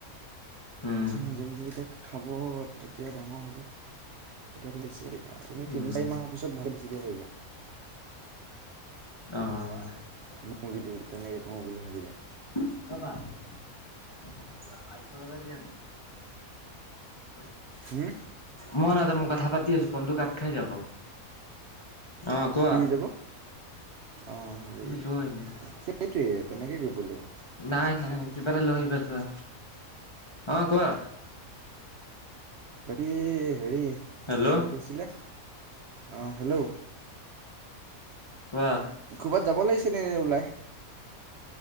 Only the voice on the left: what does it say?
উম
উম
অ'।
<unintelligible>
মই নাযানো মই কথা পাতি আছো, ফোনটো কাত খাই যাব অ' কোৱা।
তুমি লৈ আনিবা
নাই, নাই। কিবা এটা লই আহিবা যোৱা অ' কোৱা।
হেল্ল'
কোৱা